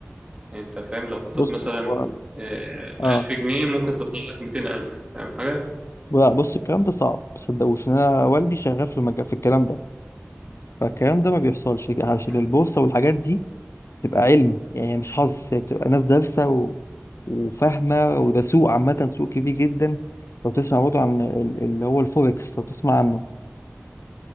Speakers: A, on the right; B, on the left.
A: يعني انت فاهم لو حطيت
B: بص
A: مثلا
B: هو
A: آه،
B: اه
A: ألف جنيه ممكن تطلع لك ميتين ألف فاهم حاجة؟
B: لا بص الكلام ده صعب ما تصدقوش إن انا والدي شغال في المج... في الكلام ده فالكلام ده ما بيحصلش عشان
A: مم.
B: البورصه والحاجات دي تبقى علم يعني مش حظ هي بتبقى ناس دارسة و... وفاهمة وده سوق عامة سوق كبير جدا لو تسمع برضه عن ال- اللي هو الفوركس لو تسمع عنه